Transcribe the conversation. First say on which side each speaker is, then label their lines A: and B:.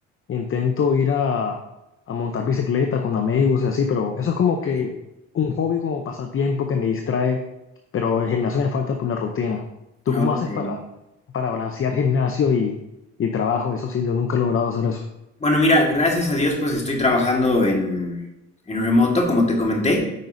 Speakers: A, on the left; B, on the left.
A: intento ir a, a montar bicicleta con amigos y así, pero eso es como
B: Ok.
A: que un hobby como pasatiempo que me distrae, pero el gimnasio me falta por la rutina. ¿Tú cómo
B: Ok.
A: haces para, para balancear gimnasio y, y trabajo? Eso sí, yo nunca he logrado hacer eso.
B: Bueno, mira, gracias a Dios, pues estoy trabajando en, en remoto, como te comenté,